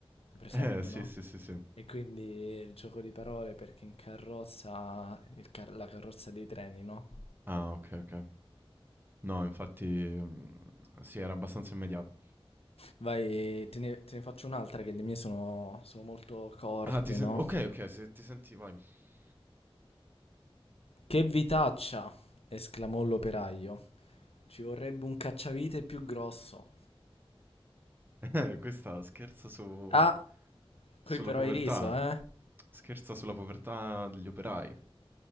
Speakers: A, on the left (about 75°); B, on the right (about 20°).
A: Presente,
B: Eh, sì,
A: no?
B: sì, sì, sì.
A: E quindi il gioco di parole perché in carrozza, il car- la carrozza dei treni, no?
B: Ah, ok, ok. No, infatti... mm, sì, era abbastanza immediato.
A: Vai, te ne, te ne faccio un'altra che le mie sono, sono molto corte,
B: Ah, ti sen-
A: no?
B: Ok, ok, se ti senti, vai. <laughs>
A: Che vitaccia! esclamò l'operaio. Ci vorrebbe un cacciavite più grosso.
B: Eh, questa scherza su...
A: Ah,
B: sulla
A: qui però
B: povertà.
A: hai riso, eh?
B: Scherza sulla povertà degli operai.